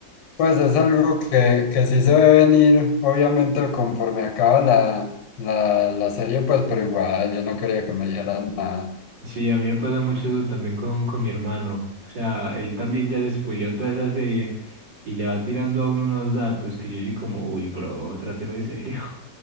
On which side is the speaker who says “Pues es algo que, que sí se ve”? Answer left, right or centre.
Left